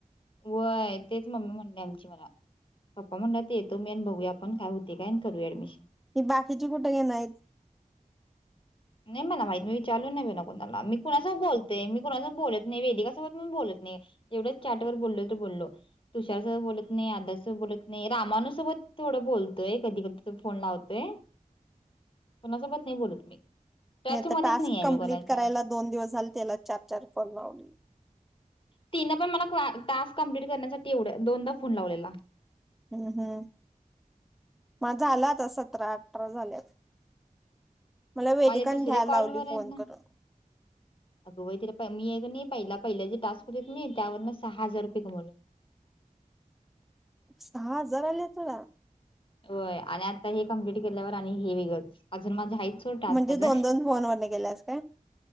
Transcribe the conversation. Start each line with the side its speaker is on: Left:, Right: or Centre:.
Left: व्हय तेच मम्मी म्हणली आमची मला पप्पा म्हणल्यात येतो मी आणि बघू आपण काय होतय काय आणि करूया ऍडमिशन
Centre: ही बाकीची कुठे घेणार आहेत.
Left: नाही मला माहित मी विचारलो नईबाई कोणाला मी कोणासोबत बोलते मी वेदिका सोबत पण बोलत नाह तेवढे चाट वर बोललो तर बोललो तुषार सोबत बोलत नाही आदर्श सोबत बोलत नाही रामानु सोबत थोड बोलतोय तो कधीकधी फोन लावतोय. कोणासोबत नाही बोलत मी टच
Centre: मी आता
Left: मध्येच
Centre: टास्क
Left: नाही आहे
Centre: कंप्लिट
Left: मी कोणाच्या.
Centre: करायला दोन दिवस झाले त्यालाच चार चार फॉल लावलीय.
Left: तिन पण मला टास्क कंप्लीट करण्यासाठी एवढं दोन तास फोन लावलेला
Centre: हूं हूं माझं झाला आत्ता सतरा अठरा झाल्यात. मला वेदिकान
Left: माझे दुसरे
Centre: घ्यायला
Left: कॉल
Centre: लावली
Left: वर आहेत
Centre: फोन
Left: ना
Centre: करून
Left: अगं व्हय तिला मी एक मग कन्हैय पहिला पहिल्याचे टास्क हो तिथं त्यावर सहा हजार रुपये कमवले
Centre: सहा हजार आले तुला
Left: होय आणि आता हे कंप्लीट केल्यावर आणि हे वेगळं अजून माझे हाईत सोड तास
Centre: म्हणजे
Left: काच
Centre: दोन दोन फोन वरन गेल्यास काय